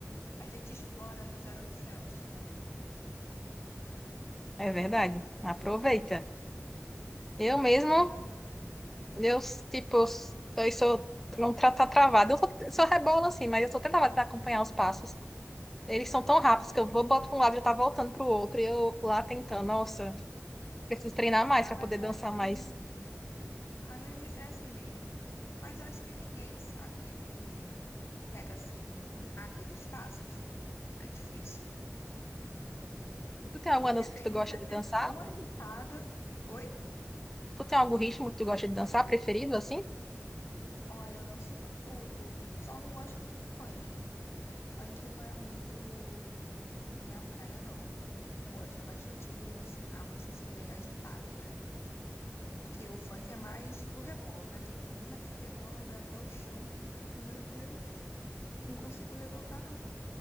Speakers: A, on the left (about 65°); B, in the centre.
A: A gente explora no 0800.
B: É verdade. Aproveita. Eu mesmo
A: É, não.
B: Eu, tipo, eu s- eu sou não tá, tá travado. Eu sou, sou rebola, assim, mas eu sou tão tentar acompanhar os passos. Eles são tão rápidos que eu vou, boto para um lado e tá voltando pro outro. E eu lá tentando, nossa, preciso treinar mais
A: Ah,
B: para
A: mas
B: poder
A: é
B: dançar
A: assim
B: mais.
A: no início. Ah, no início é assim mesmo. Mas eu acho que ninguém sabe, pega assim, rápido os passos. É difícil.
B: Tu tem alguma
A: Porque
B: dança
A: tem
B: que tu
A: música
B: gosta de
A: que
B: dançar?
A: é tão agitada. Oi?
B: Tu tem algum ritmo que tu gosta de dançar, preferido, assim?
A: Olha, eu danço tudo. Só não gosto muito de funk. Funk não é muito minha praia, não. Eu gosto bastante de música, a música assim, bem agitada, né? Porque o funk é mais do rebola, né? Tem menina que rebola, vai até o chão, que eu fico, meu Deus, não consigo levantar, não.